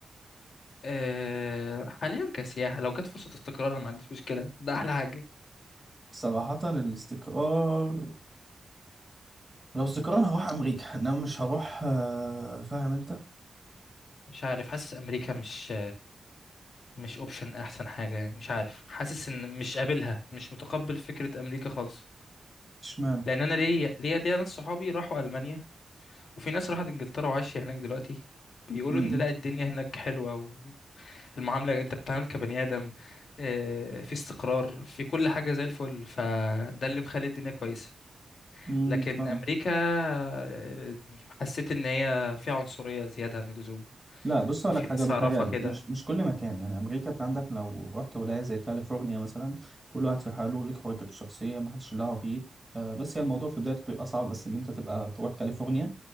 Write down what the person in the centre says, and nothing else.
صراحة الاستقرار لو استقرار انا هروح امريكا انما مش هروح آه، فاهم انت
اشمعنى
امم
امم
فاهم
لا بص اقول
لك حاجه
بتهيالي
مش مش كل مكان يعني امريكا في عندك لو رحت ولايه زي كاليفورنيا مثلا كل واحد في حاله ليك حريتك الشخصيه ما حدش له دعوه بيك آه، بس هي الموضوع في بدايته بيبقى صعب بس ان انت تبقى تروح كاليفورنيا